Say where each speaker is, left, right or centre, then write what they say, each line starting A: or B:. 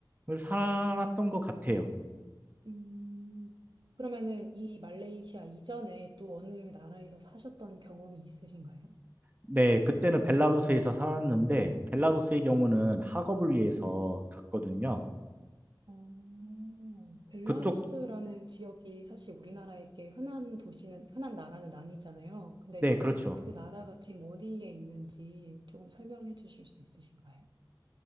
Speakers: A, on the right; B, on the right.
A: 살았던 것 같아요.
B: 음, 그러면은 이 말레이시아 이전에 또 어느 나라에서 사셨던 경험이 있으신가요?
A: 네, 그때는 벨라루스에서 살았는데 벨라루스의 경우는 학업을 위해서 갔거든요.
B: 어, 벨라루스라는
A: 그쪽,
B: 지역이 사실 우리나라에게 흔한 도시는, 흔한 나라는 아니잖아요. 근데
A: 네, 그렇죠.
B: 그 나라가 지금 어디에 있는지 조금 설명해 주실 수 있으신가요?